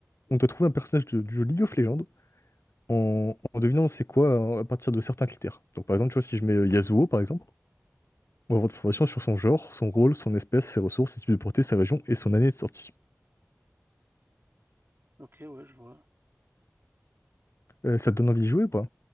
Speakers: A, on the left (about 60°); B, on the right (about 50°).
A: on doit trouver un personnage de- du jeu League of Legends en, en devinant c'est quoi euh, à partir de certains critères. Donc par exemple, tu vois, si je mets euh, Yasuo par exemple, On va avoir des informations sur son genre, son rôle, son espèce, ses ressources, ses types de portée, sa région et son année de sortie.
B: Ok, ouais, je vois.
A: Euh, ça te donne envie de jouer ou pas?